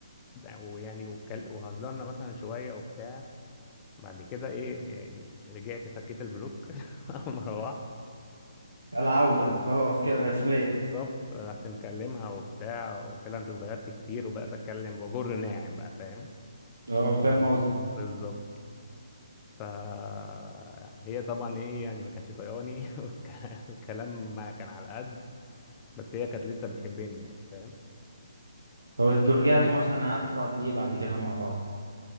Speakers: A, on the left; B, on the right.
A: ويعني وكل... وهزرنا مثلا شوية وبتاع بعد كده إيه يعني رجعت فكيت البلوك <laughs> أول ما روحت
B: العودة خلاص كده رسمية
A: بالظبط رحت مكلمها وبتاع وقلت لها أنت اتغيرت كتير وبقيت أتكلم وجر ناعم بقى فاهم
B: اه فاهم قصدي
A: بالظبط فهي طبعا ايه يعني ما كانتش طياني <laughs> والك- الكلام ما كان على قد بس هي كانت لسه بتحبني يعني فاهم
B: طب انتوا رجعتوا مثلا قعدتوا بعد ايه بعد كده مع بعض